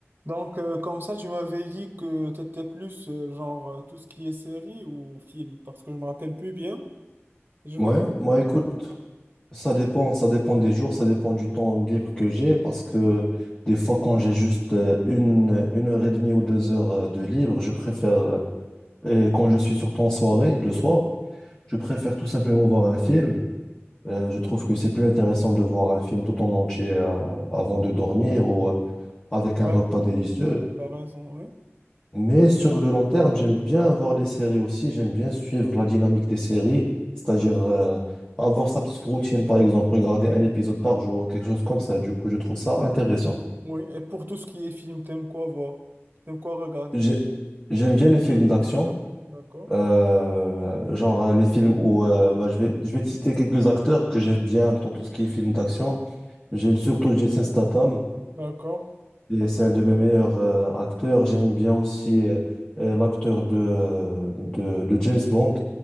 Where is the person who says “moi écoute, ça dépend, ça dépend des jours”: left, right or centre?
Left